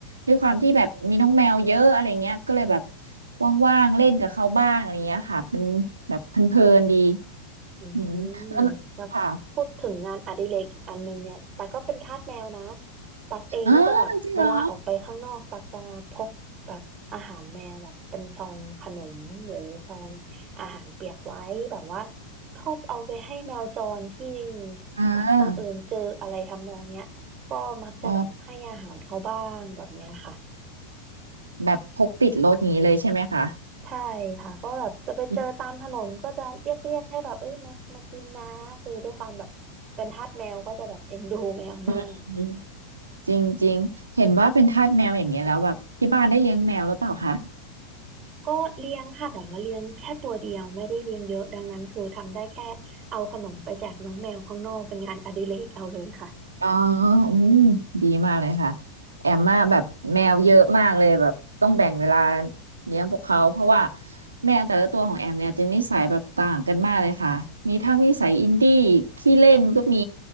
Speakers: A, on the right; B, on the right.
A: ด้วยความที่แบบมีน้องแมวเยอะอะไรเงี้ยก็เลยแบบว่างๆเล่นกับเขาบ้างอะไรเงี้ยค่ะเป็นแบบเพลินๆดี
B: อื
A: อืมแล้ว
B: มแล้วพูดถึงงานอดิเรกอีกอันนึงเนี่ยตักก็เป็นทาสแมวนะ
A: ค่ะ
B: ตักเองก็จะแบบเวลาออกไปข้างนอกตักจะพกแบบอาหารแมวแบบเป็นซองขนมหรือซองอาหารเปียกไว้แบบว่า
A: อ้าวจริงเหรอ
B: ชอบเอาไปให้แมวจรที่
A: อ่า
B: ตักบังเอิญเจออะไรทำนองเนี้ยก็มักจะแบบให้อาหารเขาบ้างแบบเนี้ยค่ะ
A: อ๋อ แบบพกติดรถอย่างนี้เลยใช่ไหมคะ
B: ใช่ค่ะก็แบบจะไปเจอตามถนนก็จะเรียกเรียกให้แบบเอ้ยมามากินนะคือด้วยความแบบเป็นทาสแมวก็จะแบบเอ็นดูแมวมาก
A: อืมอืมอืมจริงจริงเห็นว่าเป็นทาสแมวอย่างเงี้ยแล้วแบบที่บ้านได้เลี้ยงแมวหรือเปล่าคะ
B: ก็เลี้ยงค่ะแต่ว่าเลี้ยงแค่ตัวเดียวไม่ได้เลี้ยงเยอะดังนั้นคือทำได้แค่เอาขนมไปแจกน้องแมวข้างนอกเป็นงานอดิเรกเอาเลยค่ะ
A: อ๋ออืมดีมากเลยค่ะแอมมาแบบแมวเยอะมากเลยแบบต้องแบ่งเวลาเลี้ยงพวกเขาเพราะว่าแมวแต่ละตัวของแอมเนี่ยจะนิสัยแบบต่างกันมากเลยค่ะมีทั้งนิสัยอินดี้ขี้เล่นก็มี